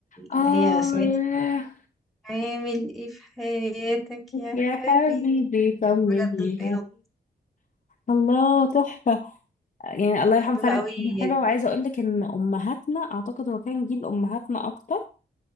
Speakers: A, on the left; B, in the centre.
A: اه
B: اللي هي سمعت
A: يا
B: عامل ايه في حياتك يا
A: يا
B: حبيبي
A: حبيبي طمني
B: بجد أيوة،
A: الله تحفة يعني الله
B: بحب
A: يرحمه فعلا
B: له قوي
A: كان حلو وعايزة اقول لك ان امهاتنا اعتقد هو كان جيل امهاتنا اكتر